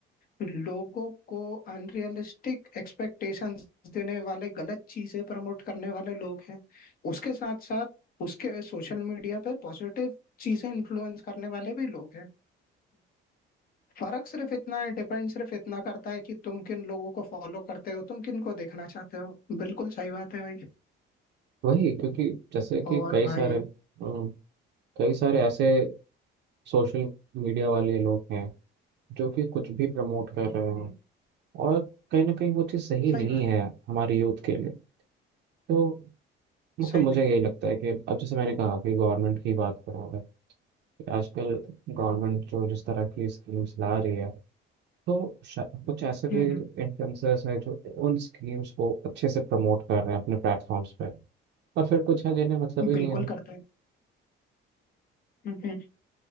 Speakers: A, on the left; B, on the right.
A: लोगों को अनरियलिस्टिक एक्सपेक्टेशंस देने वाले गलत चीजें प्रमोट करने वाले लोग हैं उसके साथ साथ उसके सोशल मीडिया पे पॉजिटिव चीजें इन्फ्लुएंस करने वाले भी लोग हैं फर्क सिर्फ इतना है डिपेंड सिर्फ इतना करता है कि तुम किन लोगों को फॉलो करते हो तुम किन को देखना चाहते हो बिल्कुल सही बात है भाई
B: वही क्योंकि जैसे कि
A: और
B: कई
A: भाई
B: सारे अम, कई सारे ऐसे सोशल मीडिया वाले लोग हैं जो कि कुछ भी प्रमोट
A: हम्म,
B: कर रहे हैं
A: हम्म,
B: और कहीं ना कहीं वो चीज़ सही
A: सही
B: नहीं
A: बात
B: है हमारे यूथ के लिए तो मतलब
A: सही
B: मुझे
A: नहीं
B: यही लगता है कि अब जैसे मैंने कहा कि गवर्नमेंट की बात करूँ अगर कि आजकल गवर्नमेंट जो जिस तरह की स्कीम्स ला रही है तो शा- कुछ ऐसे
A: हम्म
B: भी इन्फ्लुएंसर्स हैं जो उन स्कीम्स को अच्छे से प्रमोट कर रहे हैं अपने प्लेटफॉर्म्स पे और फिर कुछ है जिन्हें मतलब
A: हम्म,
B: ही
A: बिल्कुल
B: नहीं है
A: करता है हम्म।